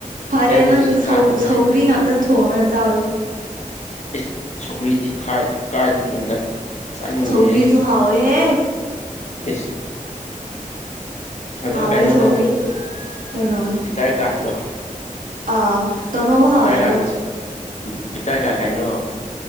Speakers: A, on the right (about 70°); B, on the left (about 55°).
A: ꯐꯔꯦ
B: ꯔꯦꯠ
A: ꯅꯪ
B: ꯃꯤꯠꯇꯗꯤ
A: ꯁꯧ
B: ꯆꯥꯗꯕ
A: ꯁꯧꯔꯤ
B: ꯂꯩꯇꯦ
A: ꯉꯥꯛꯇ ꯊꯣꯡꯉꯥ ꯆꯥꯎ
B: ꯏꯁ ꯁꯧꯀ꯭ꯔꯤꯗꯤ ꯀꯥꯏꯗꯒꯤꯅꯣꯗ ꯆꯥꯅꯤꯡꯗꯦꯍꯦ
A: ꯁꯧꯒꯔꯤꯁꯨ ꯍꯥꯋꯦꯍ‌
B: ꯏꯁ ꯑꯗꯨꯒ
A: ꯍꯥꯎꯋꯦ
B: ꯀꯩꯅꯣꯗꯣ
A: ꯁꯧꯒ꯭ꯔꯤ ꯀꯩꯅꯣ
B: ꯚꯕꯤꯇꯔ ꯒꯥꯔꯠꯇꯣ <unintelligible>
A: ꯑꯥ ꯀꯥꯡꯉꯧ
B: ꯕꯤꯇꯔꯒꯥꯟ
A: ꯍꯥꯎꯋꯦ ꯑꯗꯣ
B: ꯃꯁꯦ ꯕꯤꯇꯔꯒ ꯀꯩꯅꯣ